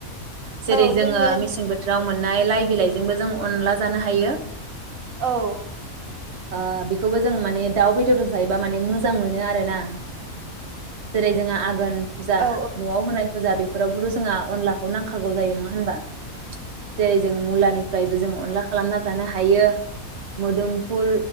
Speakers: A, on the right; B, on the right.
A: जेरै
B: औ
A: जोंङो
B: जोंनि ओन
A: मेसें बोथोराव मोन नाय लाइ बिलाइजोंबो जों अनला जानो हायो
B: औ
A: ओ बेखौबो जों माने दाउ बेदरजों जायोबा माने मोजां मोनो आरो ना जेरै जोंहा <unintelligible> फुजा
B: औ
A: न'वाव होनाय फुजा बेफोरावबोथ' जोंहा अनलाखौ नांखागौ जायो नंङा होनबा जेरै जों मुलानिफ्रायबो जों अनला खालामना जानो हायो मोदोमफुल